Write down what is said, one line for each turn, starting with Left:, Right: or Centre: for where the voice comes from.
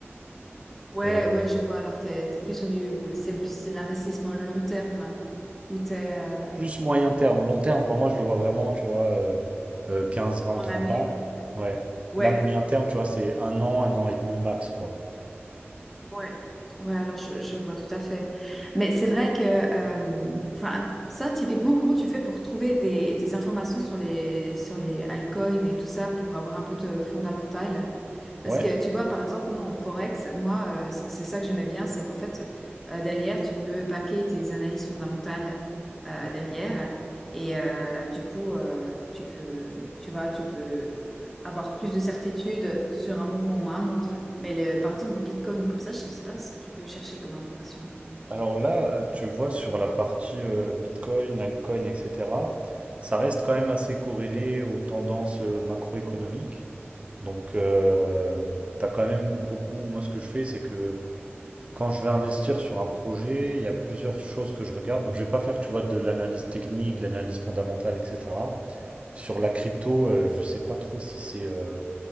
Centre: Ouais,
Right: Euh,
Centre: ouais, je vois. Alors, t'es, t'es plus sur du, c'est plus c'est l'investissement long terme où t'es, euh,
Right: plus moyen terme. Long terme, pour moi, je le vois vraiment, tu vois, euh, euh, 15, 20,
Centre: En
Right: 30
Centre: année,
Right: ans.
Centre: ouais.
Right: Ouais.
Centre: Ouais,
Right: Là, moyen terme, tu vois, c'est un an, un an et demi max, quoi.
Centre: ouais, ouais, alors je, je vois tout à fait. Mais c'est vrai que, euh, enfin, ça, typiquement, comment tu fais pour trouver des, des informations sur les, sur les altcoins et tout ça pour avoir un peu de fondamental? Parce
Right: Ouais.
Centre: que tu vois, par exemple, nous en Forex, moi, euh, c- c'est ça que j'aimais bien, c'est qu'en fait, euh, derrière, tu peux baquer tes analyses fondamentales euh, derrière. Et euh, du coup, euh, tu peux, tu vois, tu peux avoir plus de certitude sur un mouvement ou un autre. Mais le- par exemple, le Bitcoin, comme ça, je ne sais pas ce que tu peux chercher comme information.
Right: Alors là, euh, tu vois, sur la partie euh, Bitcoin, altcoin, etc., ça reste quand même assez corrélé aux tendances euh, macroéconomiques. Donc, euh, t'as quand même beaucoup. Moi, ce que je fais, c'est que quand je vais investir sur un projet, il y a plusieurs choses que je regarde. Donc, je vais pas faire, tu vois, de l'analyse technique, de l'analyse fondamentale, etc. Sur la crypto, euh, je sais pas trop si c'est euh,